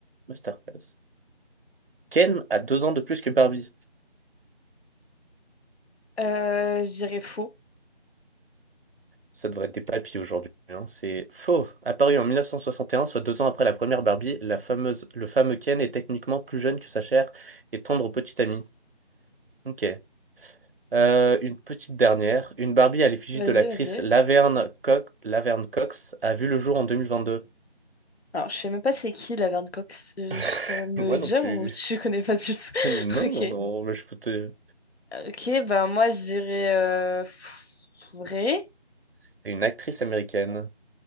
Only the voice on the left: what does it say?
Euh, j'irais faux.
Vas-y,
vas-y.
Alors, je sais même pas c'est qui la Verne Cox. Je,
je saurais me
dire
ou <laughs> tu connais pas du tout.
<laughs> Ok.
Ok, bah moi j'irais euh, pff, vrai.